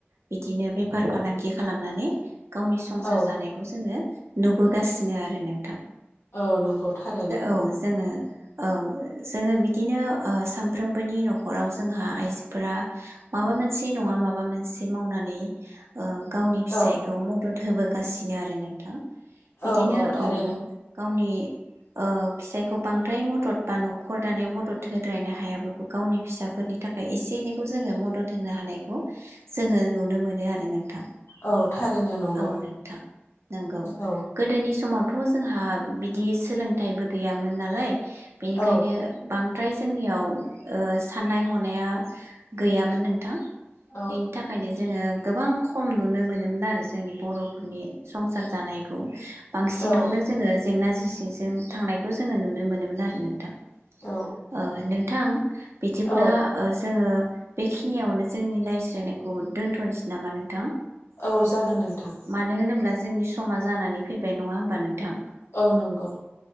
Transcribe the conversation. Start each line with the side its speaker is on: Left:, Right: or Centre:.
Right: बिदिनो बेफार फालांगि खालामनानै गावनि संसार
Left: औ
Right: जानायखौ जोङो नुबोगासिनो आरो नोंथां।
Left: औ नंगौ थारैनो
Right: औ जोङो औ जोङो बिदिनो सानफ्रोमबोनि न'खराव जोंहा आइजोफोरा माबा मोनसे नङा माबा मोनसे मावनानै गावनि फिसायखौ
Left: औ
Right: मदद होबो गासिनो आरो नोंथां बिदिनो
Left: औ थारैनो
Right: औ गावनि ओ फिसायखौ बांद्राय मदद बा न'खर दानायाव मदद थोद्रायनो हायाबाबो गावनि फिसाफोरनि थाखाय एसे एनैखौ जोङो मदद होनो हानायखौ जोङो नुनो मोनो आरो नोंथां।
Left: औ थारैनो नंगौ
Right: औ नोंथां नंगौ
Left: औ
Right: गोदोनि समाव थ' जोंहा बिदि सोलोंथाइबो गैयामोन नालाय बेनिखायनो
Left: औ
Right: बां नियाव ओ साननाय हनाया गैयामोन नोंथां।
Left: औ
Right: बेनि थाखायनो जोङो गोबां खम नुनो मोनोमोन आरो जोंनि बर'फोरनि संसार जानायखौ। बांसिनखौनो
Left: औ
Right: जोङो जेंना जोंसिजों थांनायखौ जोङो नुनो मोनोमोन आरो नोंथां।
Left: औ
Right: ओ नोंथां बिदिब्ला
Left: औ
Right: ओ जोङो बेखिनियावनो जोंनि लायज्रायनायखौ दोन्थ'नोसै नामा नोंथां?
Left: औ जागोन नोंथां।
Right: मानो होनोब्ला जोंनि समा जानानै फैबाय नङा होमबा नोंथां?
Left: औ नंगौ